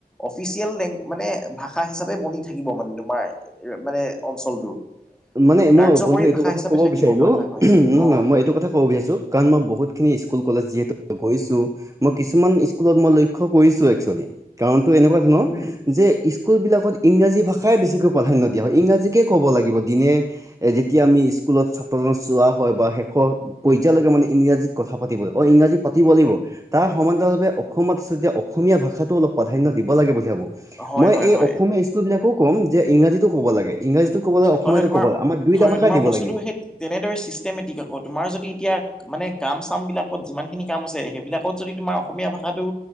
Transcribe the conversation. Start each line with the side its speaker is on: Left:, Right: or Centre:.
Centre: অফিচিয়েল লেং মানে ভাষা হিচাপে বনি থাকিব মানে তোমাৰ মানে অঞ্চলটোৰ।
Right: মানে মই
Centre: কাৰ্যকৰী
Right: বন্ধু এইটো
Centre: ভাষা
Right: কথা
Centre: হিচাপে
Right: ক'ব
Centre: থাকিব
Right: বিচাৰিলোঁ
Centre: হয় হয় হয়
Right: নহয়
Centre: অ
Right: -নহয় মই এইটো কথা <unintelligible> কাৰণ মই বহুতখিনি স্কুল, কলেজ যিহেতু গৈছোঁ। মই কিছুমান স্কুলত মই লক্ষ্য কৰিছো একচুৱেলি কাৰণ তো এনেকুৱা ন,
Centre: উম
Right: যে স্কুল বিলাকত ইংৰাজী ভাষাই বেছিকৈ প্ৰাধান্য দিয়া হয় ইংৰাজীকে ক'ব লাগিব দিনে যেতিয়া আমি স্কুলত ছাত্ৰজনক চোৱা হয় বা শেষৰ পৰ্যয়াললৈকে মানে ইংৰাজীত কথা পাতিব অ, ইংৰাজীত পাতিব লাগিব। তাৰ সমান্তৰালভাৱে অসমত আছে যেতিয়া অসমীয়া ভাষাটো অলপ প্ৰাধান্য দিব লাগে <unintelligible>
Centre: হয়
Right: মই
Centre: হয়
Right: এই
Centre: হয়
Right: অসমীয়া স্কুল বিলাকো কম যে ইংৰাজীতো ক'ব লাগে ইংৰাজীটো ক'ব লাগে
Centre: হয়
Right: অসমীয়াতো
Centre: হয় তোমাৰ
Right: ক'বলে আমাক দুইটা
Centre: হয় হয়
Right: ভাষাই
Centre: তোমাৰ
Right: দিব
Centre: বস্তুটো
Right: লাগিব।
Centre: সেই তেনেদৰে ছিষ্টেমেটিক আকৌ তোমাৰ যদি এতিয়া মানে কাম চাম বিলাকত যিমানখিনি কাম আছে সেইবিলাকত যদি তোমাৰ অসমীয়া ভাষাটো